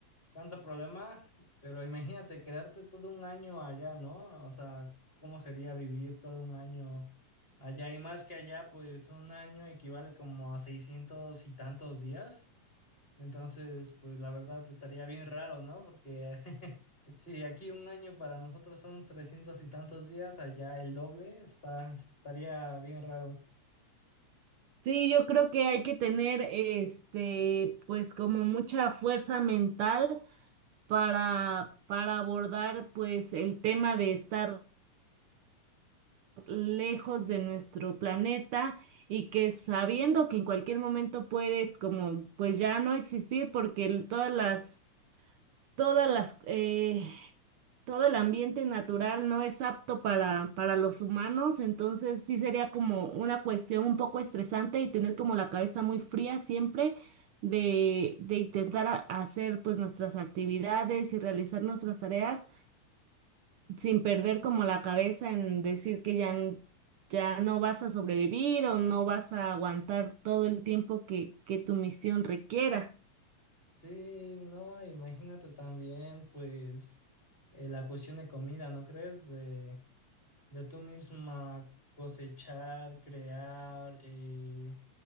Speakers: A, on the left (about 20°); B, on the right (about 85°).
A: tanto problema, pero imagínate quedarte todo un año allá, ¿no? O sea, ¿cómo sería vivir todo un año allá? Y más que allá, pues un año equivale como a 600 y tantos días. Entonces, pues la verdad estaría bien raro, ¿no? Porque <laughs> si aquí un año para nosotros son 300 y tantos días, allá el doble, está, estaría bien raro.
B: Sí, yo creo que hay que tener, este, pues como mucha fuerza mental para, para abordar, pues, el tema de estar lejos de nuestro planeta y que sabiendo que en cualquier momento puedes como pues ya no existir porque el- todas las todas las eh, todo el ambiente natural no es apto para para los humanos, entonces sí sería como una cuestión un poco estresante y tener como la cabeza muy fría siempre. De, de intentar a- hacer pues nuestras actividades y realizar nuestras tareas sin perder como la cabeza en decir que ya, n- ya no vas a sobrevivir o no vas a aguantar todo el tiempo que, que tu misión requiera.
A: Sí, no, imagínate también, pues, eh, la cuestión de comida, ¿no crees? de tú misma cosechar, crear, eh,